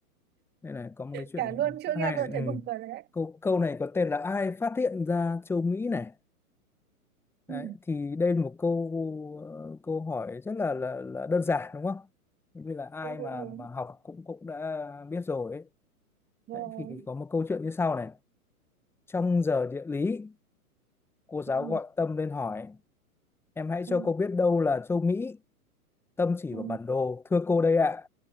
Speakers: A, in the centre; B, on the right.
A: Đây này có một cái chuyện
B: kể
A: này
B: luôn, chưa
A: rất hay
B: nghe
A: này.
B: tôi thấy buồn
A: Ừ.
B: cười rồi đấy.
A: Câu câu này có tên là ai phát hiện ra châu Mỹ này. Đấy,
B: Ừ,
A: thì đây là một câu ờ, câu hỏi rất là là, là đơn giản đúng không? Như là ai
B: đúng, đúng,
A: mà
B: đúng.
A: mà học cũng cũng đã biết rồi ấy.
B: Rồi,
A: Đấy, thì có một câu chuyện như sau này. Trong giờ địa lý, cô giáo
B: ừ,
A: gọi Tâm lên hỏi Em hãy cho
B: ừ,
A: cô biết đâu là châu Mỹ, tâm chỉ
B: ừ,
A: vào bản đồ. Thưa cô đây ạ.